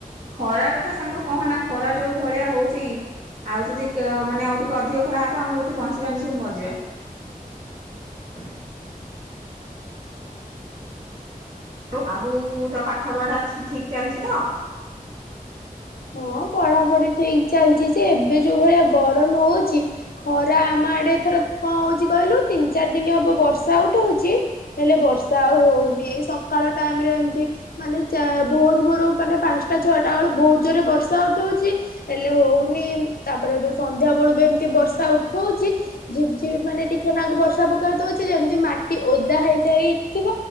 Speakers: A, on the right; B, on the left.
A: ଖରା କଥା ସାଙ୍ଗ କହନା ଖରା ଯୋଉ ଭଳିଆ ହଉଛି ଆଉ ଯଦି ମାନେ ଆଉ ଟିକେ ଅଧିକ ଖରା ହବ ଆମେ ବୋଧେ ବଞ୍ଚିବାନି ସବୁ ମରିଯିବା। ଆଉ ଆବୁ ତ ପାଠ ପଢା ଠିକ ଚାଲିଛି ତ
B: ହଁ ପଢାପଢି ଠିକ ଚାଲିଛି ଯେ ଏବେ ଯୋଉ ଭଳିଆ ଗରମ ହଉଛି ଖରା ଆମ ଆଡେ ଏଥର କଣ ହଉଛି କହିଲୁ ତିନି ଚାରି ଦିନ ହବ ବର୍ଷା ଉଠଉଛି ହେଲେ ବର୍ଷା ଆଉ ହଉନି ଏ ସକାଳ ଟାଇମ ରେ ଏମିତି ମାନେ ଭୋର ଭୋର ମାନେ ପାଞ୍ଚଟା ଛଅଟା ବେଳୁ ବହୁତ ଜୋରେ ବର୍ଷା। ବର୍ଷା ଉଠଉଛି ହେଲେ ହଉନି ତାପରେ ଏଠୁ ସନ୍ଧ୍ୟା ବେଳୁ ବି ଏମିତି ବର୍ଷା ଉଠଉଛି ଝିପ୍ ଝିିପ୍ ମାନେ ଟିକେ ନାକୁ ବର୍ଷା ପକେଇବା ଦଉଛି ଯେମତି ମାଟି ଓଦା ହେଇଯାଇଥିବ